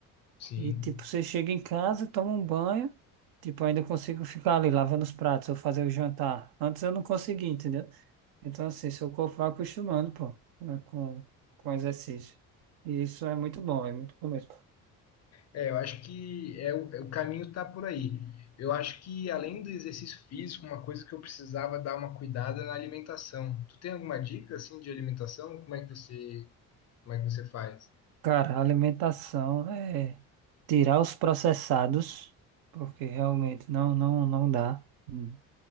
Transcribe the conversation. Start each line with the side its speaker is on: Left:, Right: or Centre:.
Left: Sim.
Right: E, tipo, você chega em casa, toma um banho, tipo, ainda consigo ficar ali lavando os pratos ou fazer o jantar. Antes eu não conseguia, entendeu? Então, assim, seu corpo vai acostumando, pô, né, com, com exercício. E isso é muito bom, é muito bom mesmo.
Left: É, eu acho que é, o é o caminho tá por aí. Eu acho que além do exercício físico, uma coisa que eu precisava dar uma cuidada é na alimentação. Tu tem alguma dica assim de alimentação? Como é que você, como é que você faz?
Right: Cara, alimentação é tirar os processados, porque realmente não, não, não dá. Hum.